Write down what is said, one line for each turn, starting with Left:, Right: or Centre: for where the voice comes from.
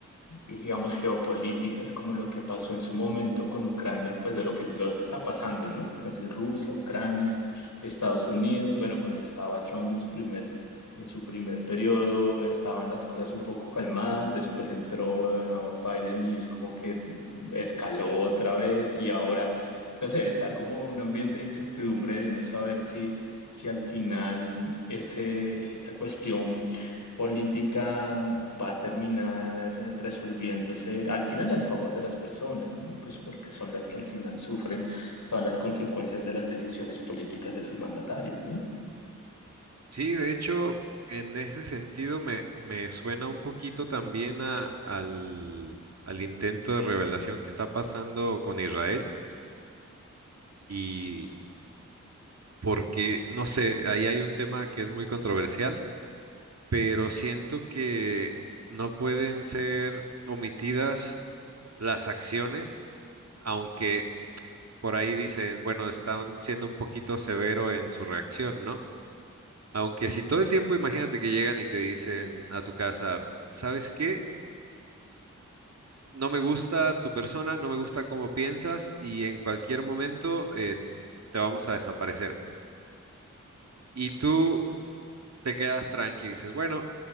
Left: digamos, geopolíticas, como lo que pasó en su momento con Ucrania, pues de lo que, lo que está pasando, ¿no? Entonces, Rusia, Ucrania, Estados Unidos, bueno, cuando estaba Trump en su primer, en su primer periodo, estaban las cosas un poco calmadas, después entró eh, Biden y es como que escaló otra vez y ahora, no sé, está como un ambiente de incertidumbre de no saber si, si al final ese, esa cuestión política va a terminar resolviéndose al final al favor de las personas, ¿no? Pues porque son las que al final sufren todas las consecuencias de las decisiones políticas de sus mandatarios, ¿no?
Right: Sí, de hecho, en ese sentido me, me suena un poquito también a- al, al intento de revelación que está pasando con Israel y porque, no sé, ahí hay un tema que es muy controversial, pero siento que no pueden ser omitidas las acciones, aunque por ahí dicen, bueno, están siendo un poquito severo en su reacción, ¿no? Aunque
Left: Mm.
Right: si todo el tiempo imagínate que llegan y te dicen a tu casa, ¿sabes qué? no me gusta tu persona, no me gusta cómo piensas y en cualquier momento eh, te vamos a desaparecer. Y tú te quedas tranqui, dices, bueno,